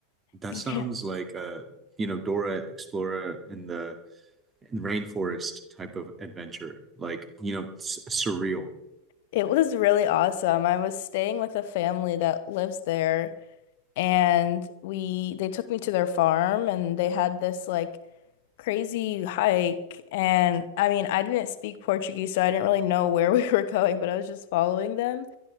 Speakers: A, on the right (about 20°); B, on the left (about 50°).
A: that
B: Yeah.
A: sounds like a, you know, Dora Explorer in the in rainforest type of adventure. Like, you know, s surreal.
B: It was really awesome. I was staying with a family that lives there and we they took me to their farm and they had this like crazy hike and I mean I didn't speak Portuguese so I didn't really know where <laughs> we were going but I was just following them.